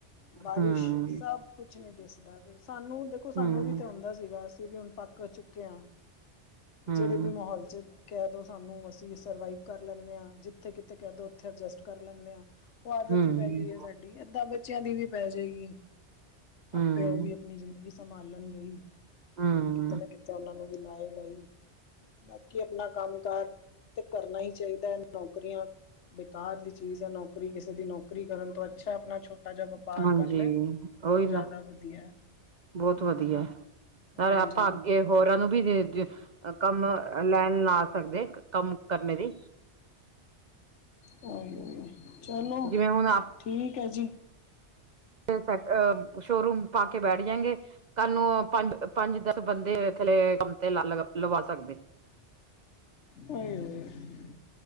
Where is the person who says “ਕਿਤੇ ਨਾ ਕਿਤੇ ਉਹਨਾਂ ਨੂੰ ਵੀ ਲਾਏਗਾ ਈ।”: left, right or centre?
Left